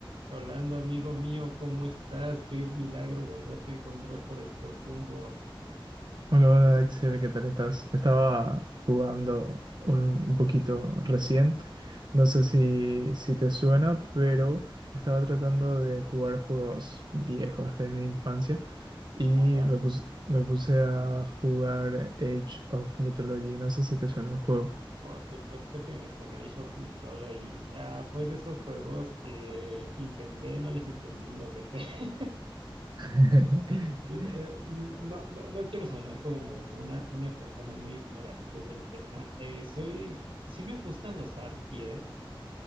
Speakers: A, on the right; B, on the right.
A: Rolando, amigo mío, ¿cómo estás? Qué milagro volverte a encontrar por estos rumbos.
B: Hola, hola Axel, ¿qué tal estás? Estaba jugando un, un poquito recién, no sé si, si te suena, pero estaba tratando de jugar juegos viejos de mi infancia y
A: Ajá,
B: me puse, me puse a jugar Age of Mythology, no sé si te suena el juego.
A: Por supuesto que me suena Age of Mythology. Ah, fue de esos juegos que intenté, no les entendí, los dejé. <laughs>
B: <laughs>
A: De- eh, mm, no, no, no quiero sonar como una, una persona muy ignorante del tema. Eh, soy, sí me gustan los RPGs.